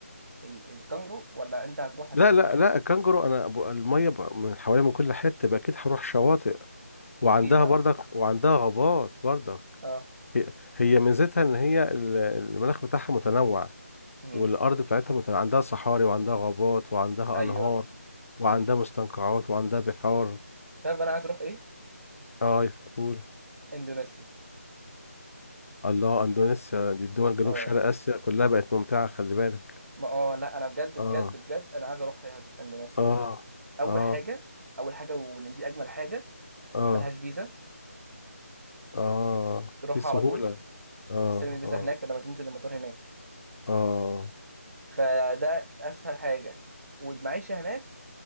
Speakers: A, on the right (about 80°); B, on the left (about 65°).
A: ال الكانجرو ولا انت هتروح عشان
B: لا
A: اكل
B: لا
A: عشان
B: لا الكنجرو انا ب- الميه ب- من حوالي من كل حته بقى اكيد هروح شواطئ
A: مم.
B: وعندها
A: اكيد اه
B: برضك وعندها غابات برضك
A: اه
B: هي, هي ميزتها ان هي ال- المناخ بتاعها متنوع
A: مم.
B: والارض بتاعتها متنوع. عندها صحاري وعندها غابات وعندها
A: ايوه
B: انهار وعندها
A: مم.
B: مستنقعات وعندها بحار
A: طيب انا عايز اروح ايه
B: اه قول
A: اندونيسيا
B: الله اندونيسيا دي الدول جنوب
A: اه
B: شرق اسيا كلها بقت ممتعه خلي بالك
A: ما اه لا انا بجد بجد
B: اه
A: بجد انا عايز اروح يا- اندونيسيا
B: اه
A: دي اول
B: اه
A: حاجه اول حاجه ودي اجمل حاجه
B: اه
A: ملهاش فيزا
B: اه
A: تروحها
B: في سهوله
A: على طول
B: اه
A: تستلم الفيزا
B: اه
A: هناك لما تنزل المطار هناك
B: اه
A: فده اسهل حاجه والمعيشه هناك